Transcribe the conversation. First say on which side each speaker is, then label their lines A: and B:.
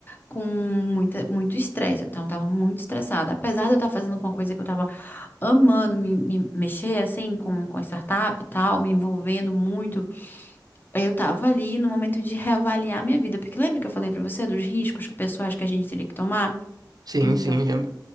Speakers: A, on the left (about 25°); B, on the right (about 60°).
A: com muita, muito estresse, então eu tava muito estressada. Apesar de eu estar fazendo uma coisa que eu tava amando, me, me mexer, assim, com, com a startup e tal, me envolvendo muito, eu tava ali no momento de reavaliar minha vida, porque lembra que eu falei pra você dos riscos pessoais que a gente teria que tomar?
B: Sim,
A: Então,
B: sim, lembro